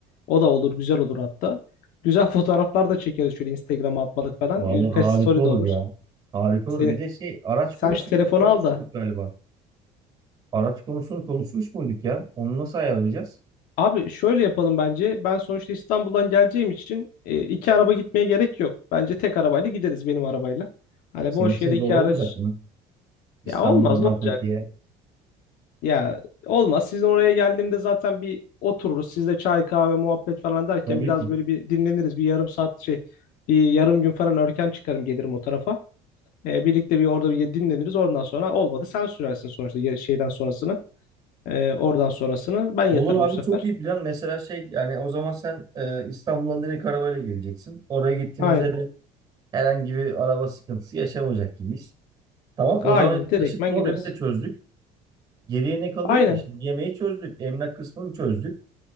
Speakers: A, on the left; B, on the right.
A: O da olur güzel olur hatta. Güzel fotoğraflar da çekeriz şöyle Instagram'a atmalık falan.
B: Vallahi
A: Birkaç
B: harika
A: story
B: olur
A: de olur.
B: ya. Harika
A: Sen,
B: olur. Bir de şey araç
A: sen
B: konusunda
A: şu telefonu
B: konuşmuştuk
A: al da.
B: galiba. Araç konusunu konuşmuş muyduk ya? Onu nasıl ayarlayacağız?
A: Abi şöyle yapalım bence. Ben sonuçta İstanbul'dan geleceğim için e, iki araba gitmeye gerek yok. Bence tek arabayla gideriz benim arabayla. Hani
B: Senin
A: boş
B: için
A: yere
B: zor
A: iki
B: olmayacak
A: araç.
B: mı? İstanbul'dan
A: Ya olmaz ne olacak?
B: Fethiye.
A: Ya olmaz. Sizin oraya geldiğimde zaten bir otururuz. Sizle çay kahve muhabbet falan derken
B: Tabii
A: biraz
B: ki.
A: böyle bir dinleniriz. Bir yarım saat şey bir yarım gün falan erken çıkarım gelirim o tarafa. E, birlikte bir orada bir dinleniriz. oradan sonra olmadı sen sürersin sonuçta ya- şeyden sonrasını. E, oradan sonrasını ben yatarım
B: Olur
A: bu
B: abi
A: sefer.
B: çok iyi plan. Mesela şey yani o zaman sen e, İstanbul'dan direkt arabayla geleceksin. Oraya gittiğimizde
A: Aynen.
B: de herhangi bir araba sıkıntısı yaşamayacak gibiyiz. Tamam o
A: Aynen.
B: zaman
A: Direktmen
B: taşıt problemi
A: gideriz.
B: de çözdük. Geriye ne kalıyor
A: Aynen.
B: ki? Şimdi yemeği çözdük. Emlak kısmını çözdük.